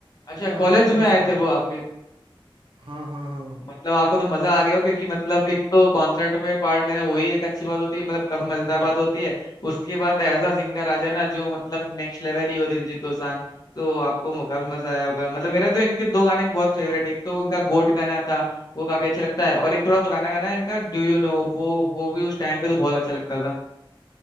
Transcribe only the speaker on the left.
अच्छा
कॉलेज
में आए
थे वो आपके
मतलब आपको तो मजा आ गया हो क्योंकि मतलब एक तो कॉन्सर्ट में पार्ट लेना वही एक अच्छी बात होती है मतलब काफी मजेदार बात होती है उसके बाद ऐसा सिंगर आ जाए ना जो मतलब नेक्स्ट लेवल ही हो दिलजीत दोसांझ तो आपको मो- काफी मजा आया होगा मतलब मेरा तो इनके दो गाने बहुत फेवरेट एक तो इनका गोट गाना था वो काफी अच्छा लगता है और एक थोड़ा पुराना गाना है इनका डू यू नो वो वो भी उस टाइम पे तो बहुत अच्छा लगता था